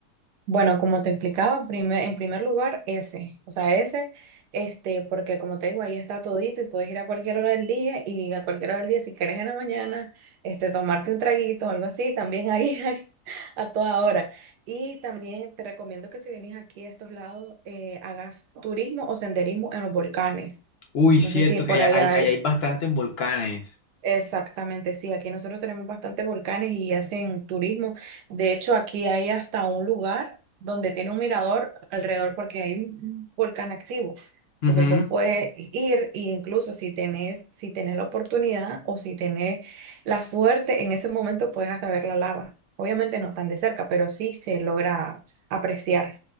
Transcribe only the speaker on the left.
Uy,
cierto,
que allá
hay,
allá hay bastantes volcanes.
Ujú.